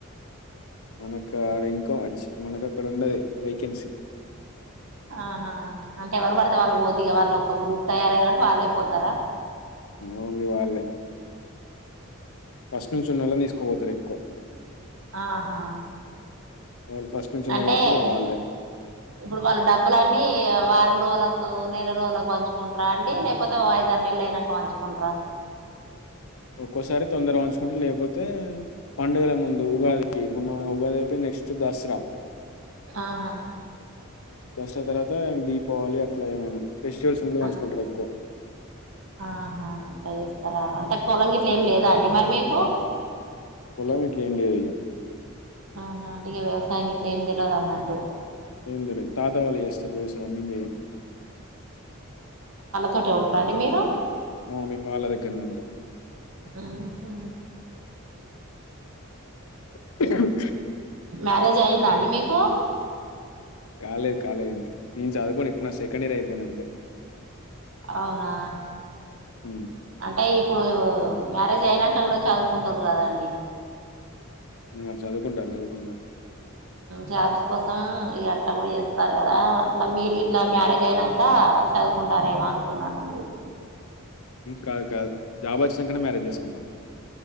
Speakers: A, on the left; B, on the right.
A: మనక ఆడ ఇంకో అచ్చ మనక అక్కడ ఉండది వేకెన్సీ
B: ఆహా అంటే ఎవరు బడితే వాళ్ళు పోద్దిగ వాళ్ళు ఒక గ్రూప్ తయారయ కాట్టి వాళ్ళే పోతారా
A: ఏమో అండి వాళ్ళే ఫస్ట్ నుంచి ఉన్నళ్ళను తీసుకోపోతారెక్కువ
B: ఆహా
A: వాళ్ళు ఫస్ట్ నుంచి ఉన్నారు
B: అంటే
A: కాబట్టి ఇగ వాళ్ళే
B: ఇప్పుడు వాళ్ళ డబ్బులన్నీ వారం వోలకు నెల రోజులకు పంచుకుంటార అండి లేకపోతే ఓ ఐదరు నెళ్లు అయినాక వంచుకుంటర
A: ఒక్కోసారి తొందర పంచుకుంటే లేకపోతే పండుగల ముందు ఉగాదికి మన్న ఉగాదీపొ దసరా
B: ఆహా
A: దస్ తర్వాత దీపావళి అట్లా ఏమైనా ఫెస్టివల్స్ ముందు పంచుకుంటారు
B: అ
A: ఎక్కువ
B: ఆహా అట్లా చేస్తారా అంటే పొలంగిట్లు ఏం లేదు దాండి మరి మీకు
A: పొలమిట్ల ఏం లేదిగ
B: ఆహా అంటెగ వ్యవసాయం ఇట్లా ఏమి తెలవదన్నట్టు
A: ఏం తెలిదు తాతా వాళ్ళు చేస్తారు వేసా మీంద ఏం
B: తటే ఉంటారంండి మీరు
A: ఆ మేము వాళ్ళ దగ్గరనే ఉంటాం
B: ఆహు
A: ఉంటాం
B: మ్యారేజ్ అయ్యిందాండి మీకు
A: కాలే కాలే ఇంక్ నేను చదువుకోని ఇప్పుడు నా సెకండ్ ఇయర్ అయిపోయిన అంత
B: అవునా
A: హ్మ్.
B: అంటే ఇప్పుడు మ్యారేజ్ అయినాక గూడా చదువుకుంటురు కదా అండి
A: ఆ చదువుకుంటా అదుకుంటాల
B: జాబ్స్ కోసం ఈ అట్లా కూడా చేస్తారు కదా ఇట్లా మీరు ఇట్లా మ్యారేజ్ అయినాక చదువుకుంటారేమో అనుకున్నానండి
A: కాదు కాదు జాబ్ వచ్చినాకనే మ్యారేజ్ చేసుకుంటాారు